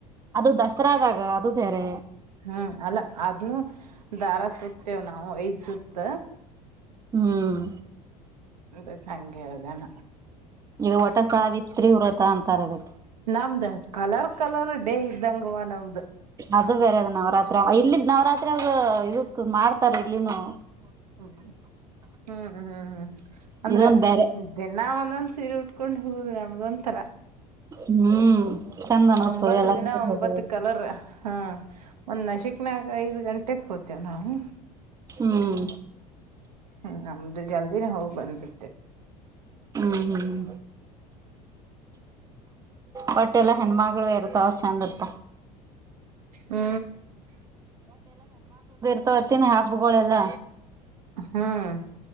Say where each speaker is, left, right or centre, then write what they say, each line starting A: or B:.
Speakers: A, on the right; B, on the right.
A: ಅದು ದಸರಾದಾಗ ಅದು ಬೇರೆ
B: ಹ್ಮ್ ಅಲ್ಲ ಅದ್ನು ದಾರ ಸುತೇವ್ ನಾವು ಐದ್ ಸುತ್ತ
A: ಹ್ಮ್ಮ್.
B: ಅದಿಕ್ ಹಂಗೆ ಅದನ.
A: ಈ ಒಟ ಸಾವಿತ್ರಿ ವ್ರತ ಅಂತಾರದಕ್.
B: ನಮ್ದ ಕಲರ್ ಕಲರ್ ಡೇ ಇದ್ದಂಗುವ ನಮ್ದ.
A: ಅದು ಬೇರೆ ಅದು ನವರಾತ್ರ ಇಲ್ಲಿನ್ ನವರಾತ್ರಾಗೂ ಇದುಕು ಮಾಡ್ತಾರ ಇಲ್ಲಿನೂ.
B: ಹ್ಮ್ ಹ್ಮ್ ಹ್ಮ್ ಹ್ಮ್ ಅಂದ್ರೆ
A: ಇದೊಂದ್ ಬೇರೆ
B: ದಿನ ನನ್ ಸೀರೆ ಉಟ್ಕೊಂಡ್ ಹೋಗುದ್ ನಮ್ದ ಒಂಥರ.
A: ಹ್ಮ್. ಚಂದ ಅನಸ್ತದೆ
B: ಒಂಬತ್ತು
A: ಎಲ್ಲ
B: ದಿನ ಒಂಬತ್
A: ಹೋದ.
B: ಕಲರ್ ಹಾ ಒಂದ್ ನಶಿಕ್ನಗ ಐದು ಗಂಟೆ ನಾವು
A: ಹ್ಮ್
B: ಹ್ಮ ನಮ್ದು ಜಲ್ದಿನೇ ಹೋಗ್ ಬಂದ್ವಿ.
A: ಹ್ಮ್ ಹ್ಮ್. ಬಟ್ಟೆಲ್ಲ ಹೆಣ್ಮಗ್ಲೂ ಇರ್ತಾಳ ಚಂದ ಇತ್ತ.
B: ಹ್ಮ.
A: <unintelligible> ಹಬ್ಬುಗಳೆಲ್ಲ
B: ಹ್ಮ್